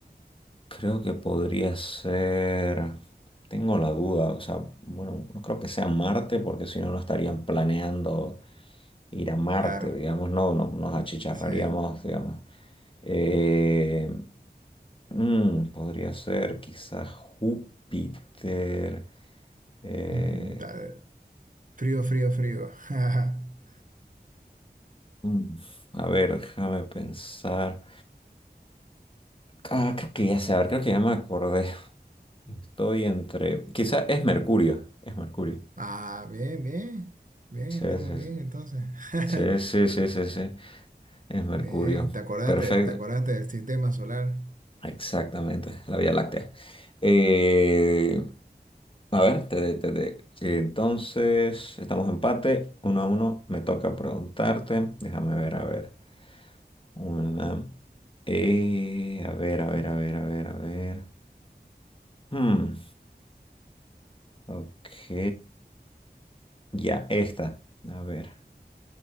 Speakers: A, on the left; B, on the right.
A: creo que podría ser... Tengo la duda, o sea, bueno, no creo que sea Marte porque si no, no estarían planeando ir a Marte,
B: Claro,
A: digamos, no, no nos achicharraríamos,
B: sí.
A: digamos. Eh, mm, podría ser quizás Júpiter. Eh,
B: Mm, da- Frío, frío, frío. <laughs>
A: Mm, A ver, déjame pensar. Ah, creo que ya sé, creo que ya me acordé. Estoy entre. Quizá es Mercurio. Es Mercurio.
B: Ah, bien, bien. Bien,
A: Sí,
B: estamos
A: sí,
B: bien
A: sí.
B: entonces. <laughs>
A: Sí, sí, sí, sí, sí. Es Mercurio.
B: Bien, ¿te acordaste?
A: Perfecto.
B: ¿Te acordaste del sistema solar?
A: Exactamente. La Vía Láctea. Eh, a ver, te, te- te- entonces estamos empate. Uno a uno. Me toca preguntarte. Déjame ver, a ver. Una. eh, a ver, a ver, a ver, a ver, a ver. Hmm, Ok, ya esta. A ver.